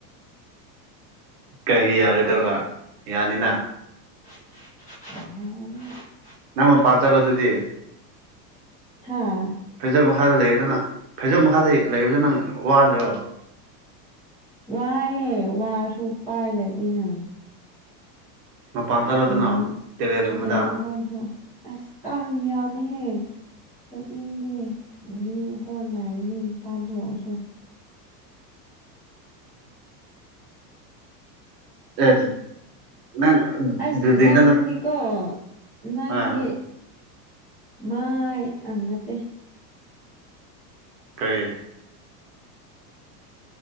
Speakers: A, on the right; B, in the centre.
A: ꯀꯩꯒꯤ ꯌꯥꯔꯣꯏꯗꯧꯕ ꯌꯥꯅꯤꯅ
B: ꯍ
A: ꯅꯪ ꯃꯄꯥꯥꯟ ꯆꯠꯂꯣ ꯑꯗꯨꯗꯤ
B: ꯍꯥꯥ
A: ꯐꯩꯖꯣ ꯃꯈꯥꯗ ꯂꯩꯕꯗ ꯅꯪ ꯐꯩꯖꯣꯝ ꯃꯈꯥꯗ ꯂꯩꯕꯗ ꯅꯪ ꯋꯥꯗꯣꯏꯣ
B: ꯋꯥ ꯑꯦꯦ ꯋꯥ ꯁ ꯄꯥꯏ ꯂꯩꯇꯅ
A: ꯃꯄꯥꯟ ꯆꯠꯂꯣꯗꯅ
B: ꯐꯦꯟ
A: ꯇꯦꯔꯦꯁꯒꯨꯝꯕꯗ
B: ꯐꯦꯟ ꯀꯣꯣꯟꯁꯨ ꯀꯌꯥꯝ ꯍ ꯆꯠꯅꯤꯡꯗꯦ ꯘꯔꯤ ꯃꯈꯨ ꯀꯣꯟ ꯅꯥꯏꯔꯅꯤꯄꯥꯟꯊꯣꯛꯔꯁꯨ
A: ꯑꯦ ꯅꯪ
B: ꯑꯁ
A: ꯕꯤꯜꯗꯤꯡꯗ
B: ꯅꯪꯗꯤꯀꯣ
A: ꯅꯠ
B: ꯅꯪꯦ
A: ꯑꯥ
B: ꯃꯥꯏꯅꯠꯇꯦ
A: ꯇꯔꯦ